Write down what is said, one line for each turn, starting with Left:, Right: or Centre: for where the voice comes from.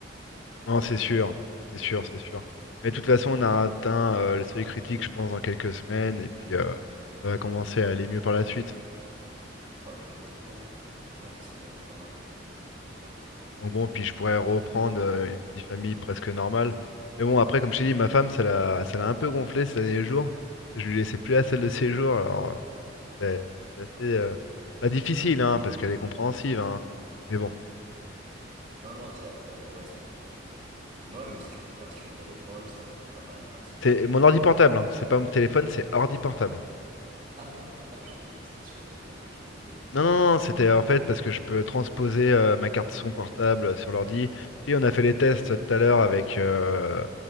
Left: Non,
Right: actuellement.
Left: c'est sûr, c'est sûr, c'est sûr.
Right: Ouais.
Left: Mais de toute façon, on a atteint euh, le seuil critique, je pense, dans quelques semaines, et puis euh, ça va commencer à aller mieux par la suite.
Right: Ouais, exactement. Ouais, ça, ça peut être pas mal. Ouais.
Left: Donc bon, puis je pourrais reprendre euh, une vie de famille presque normale. Mais bon, après, comme je t'ai dit, ma femme, ça l'a, ça l'a un peu gonflé ces derniers jours. parce que Je lui laissais plus la salle de séjour, alors euh, c'est c'est assez
Right: Mm.
Left: euh, pas difficile, hein, parce qu'elle est compréhensive, hein. Mais bon,
Right: Non, non, c'est un peu, euh, ouais, c'est un peu. Ouais, mais si tu peux faire sur téléphone, ça va être pas mal parce que.
Left: c'est mon ordi portable, hein, c'est pas mon téléphone, c'est ordi portable.
Right: Ah, redis portable, je croyais que c'était sur téléphone que tu me disais.
Left: Non, non, non, c'était en fait parce que je peux transposer euh, ma carte son portable sur l'ordi. Puis on a fait les tests tout à l'heure avec euh,